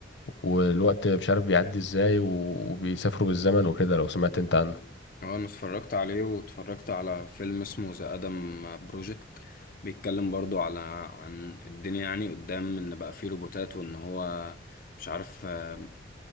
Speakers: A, on the left (about 75°); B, on the left (about 50°).
A: والوقت مش عارف بيعدي ازاي و- وبيسافروا بالزمن وكده لو سمعت انت عنه
B: هو انا اتفرجت عليه واتفرجت على فيلم اسمه ذا ادم بروجكت بيتكلم برضو على عن الدنيا يعني قدام ان بقى فيه روبوتات وان هو مش عارف آه،